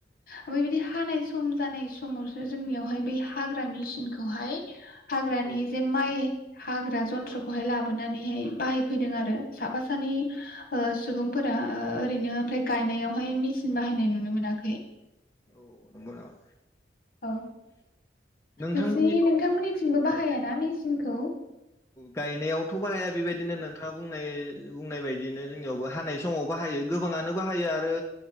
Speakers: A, on the left (about 50°); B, on the left (about 15°).
A: फ्राय बिदि हानाय समजानाय समसो जोंनियावहाय बै हाग्रा मेचनखौहाय हाग्रानि
B: औ
A: जे माइ हाग्रा जन्थ्रखौहाय लाबोनानैहाय बाहायफैदों आरो। साफा सानै
B: औ
A: ओ सुबुंफोरा ओरैनो ओमफ्राय गायनायावहाय मेसिन बाहायनाय नुनो मोनाखै।
B: औ नंगौ नामा?
A: औ
B: नोंथांमोननि
A: नोंसि नोंथांमोननि थिं बाहाया
B: औ
A: ना मि सिनखौ
B: गायनायावथ' बाहाया बेबायदिनो नोंथाङा बुंनाय बुंनाय बायदिनो जोंनियावबो हानाय समाव बाहायो। गोबाङानो बाहायो आरो